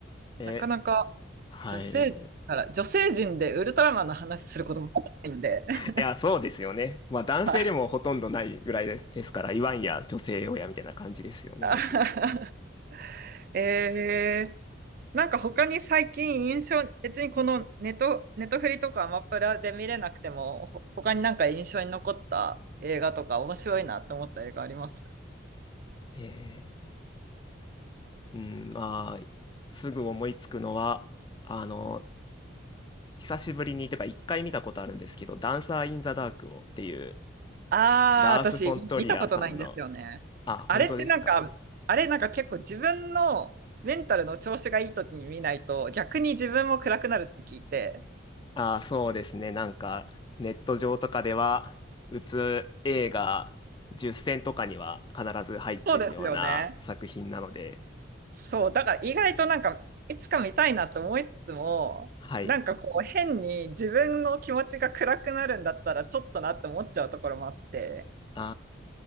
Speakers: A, on the left (about 25°); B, on the right (about 50°).
A: ー、え、
B: なかなか
A: はい。
B: 女性陣から、女性陣でウルトラマンの話することもないんで。<laughs>
A: いや、そうですよね。まあ男性でもほとんどないぐらいです、
B: はい。
A: ですから、言わんや女性用やみたいな感じですよね、
B: <laughs>
A: もちろん。
B: えー、
A: そう。
B: なんか他に最近印象、別にこのネト、ネトフリとかアマプラで見れなくても、ほ他になんか印象に残った映画とか面白いなって思った映画あります
A: えー、うん、まあ、すぐ思いつくのは、あの、久しぶりに、とか一回見たことあるんですけど、ダンサー・イン・ザ・ダークをっていう、
B: ああー、
A: ラース・
B: 私見たことないんですよね。
A: フォントリアーさんの、あ、本当ですか。
B: あれってなんか、あれなんか結構自分のメンタルの調子がいい時に見ないと逆に自分も暗くなるって聞いて。
A: あ、そうですね。なんか、ネット上とかでは、うつ映画10選とかには必ず入ってるような作品なので、
B: そうですよね。そう、だから意外となんか、いつか見たいなと思いつつも、
A: はい。
B: なんかこう変に自分の気持ちが暗くなるんだったらちょっとなって思っちゃうところもあって、
A: あ